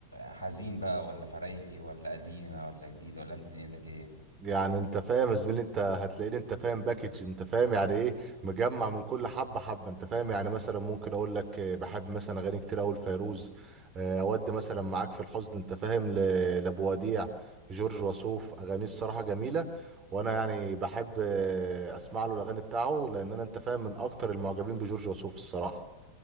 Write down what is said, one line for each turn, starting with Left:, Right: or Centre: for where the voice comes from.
Left: حزين بقى ولا فريحي ولا قديمه ولا جديده ولا انت دنيتك ايه
Right: يعني انت فاهم يا زميلي انت هتلاقيني انت فاهم باكج انت فاهم يعني ايه مجمع من كل حبه حبه انت فاهم يعني مثلا ممكن اقول لك اه، بحب مثلا اغاني كتير اوي لفيروز اه، اودي مثلا معاك في الحزن انت فاهم ل- لابو وديع جورج وسوف اغانيه الصراحه جميله وانا يعني بحب اه، اسمع له الاغاني بتاعه لان انا انت فاهم من اكتر المعجبين بجورج وسوف الصراحه